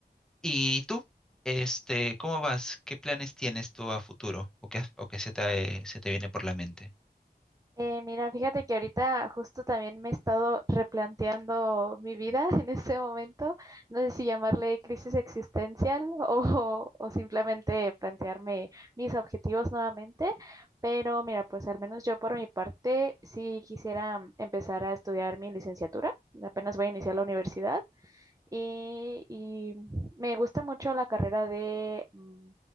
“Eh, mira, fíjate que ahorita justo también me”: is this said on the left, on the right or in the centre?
Right